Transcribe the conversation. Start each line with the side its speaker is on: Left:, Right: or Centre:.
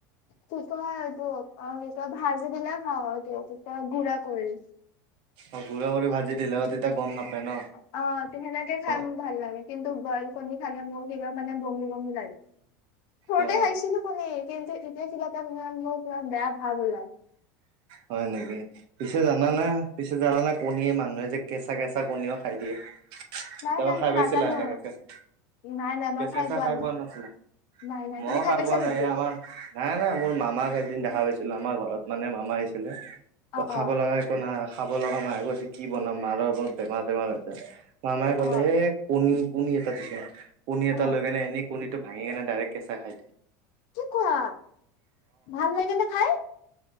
Left: তু ক ত <unintelligible> অতি ভাজি দিলে খাওঁ ত ততি ধৰা কৰিল।
Right: অ গুৰা কৰি ভাজি দিলে অ তেতিয়া গম নাপায় ন।
Left: অ সেনেকে খাই
Right: অ
Left: মোৰ ভাল লাগে কিন্তু বইল কণী খালে মোৰ কিবা মানে বমি বমি লাগে। ঘৰতে
Right: অ
Left: খাইছিলো কণী কিন্তু এতিয়া কিবা আপোনাক মোক কিবা কিমান বেয়া ভাৱ ওলায়।
Right: হয় নেকি পিছে জানানে পিছে জানা নে কণীয়ে মানুহে যে কেঁচা কেঁচা কণীও খাই দিয়ে।
Left: নাই
Right: কেতিয়াবা
Left: নাই
Right: খাই
Left: মই
Right: পাইছিলা
Left: নাজানো
Right: এনেকে কেঁচা
Left: নাই নাই মই
Right: কেঁচা কেঁচা খাই
Left: নাই
Right: পোৱা নাছিলা?
Left: নাই নাই
Right: মই
Left: তুমি
Right: খাই
Left: পাইছা
Right: পোৱা
Left: নেকি?
Right: নাই এ আমাৰ নাই নাই মোৰ মামাক এদিন দেখা পাইছ আমাৰ ঘৰত মানে মামা আহিছিলে, ত
Left: অ
Right: খাব
Left: অ
Right: লগা একো নাই খা খাব লগা মায়ে কৈছে কি বনাম মাৰত বেমাৰ চেমাৰ হৈছে। মামায়ে
Left: অ
Right: ক'লে এ কণী কণী এটা দিছে, কণী এটা
Left: অ
Right: লৈ কেনে এনেই কণীটো ভাঙি কেনে ডাইৰেক কেঁচা খাই দি
Left: কি কৰা ভাল লাগে নে খাই?